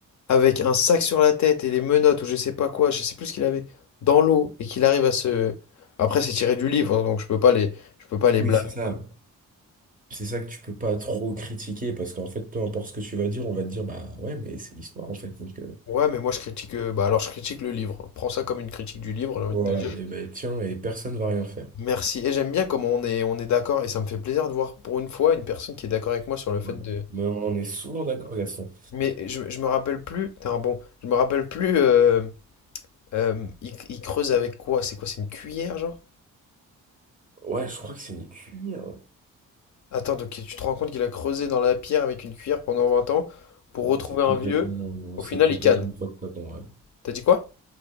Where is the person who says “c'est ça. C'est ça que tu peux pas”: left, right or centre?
Right